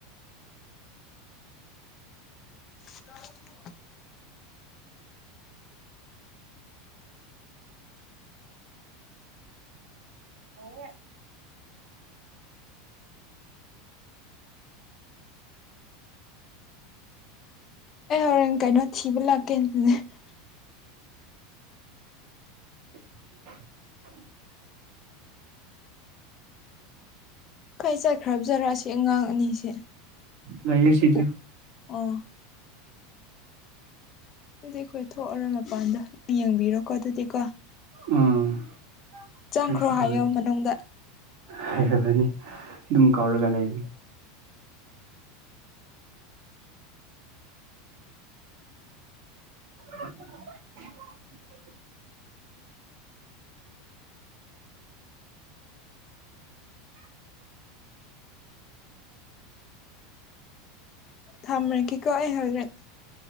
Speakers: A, on the left; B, on the right.
A: <unintelligible>
B: <unintelligible>
A: ꯍꯧꯔꯦꯟ ꯀꯩꯅꯣ ꯊꯤꯕ ꯂꯥꯛꯀꯦ <unintelligible>
B: <inaudible>
A: ꯀꯥꯏ ꯆꯠꯈ꯭ꯔꯕꯖꯔꯛ ꯑꯁꯤ ꯑꯉꯥꯡ ꯑꯅꯤꯁꯦ
B: ꯂꯩꯌꯦ ꯁꯤꯗ
A: ꯑꯣ ꯑꯣ <unintelligible> ꯑꯩꯈꯣꯏ ꯊꯣꯛꯑꯔꯣꯏ ꯃꯄꯥꯟꯗꯣ ꯌꯦꯡꯕꯤꯔꯣꯀꯣ ꯑꯗꯨꯗꯤ ꯀꯣ
B: ꯎꯝ
A: ꯆꯪꯈ꯭ꯔꯣ
B: ꯀ꯭ꯔꯤꯁꯨ
A: ꯍꯥꯏꯌꯣ
B: ꯇꯧꯗꯦ
A: ꯃꯅꯨꯡꯗ
B: ꯍꯥꯏꯔꯕꯅꯤ ꯑꯗꯨꯝ ꯀꯧꯔꯒ ꯂꯩꯔꯤ <unintelligible>
A: ꯊꯝꯔꯒꯦꯀꯣ ꯑꯩ ꯍꯧꯖꯤꯛ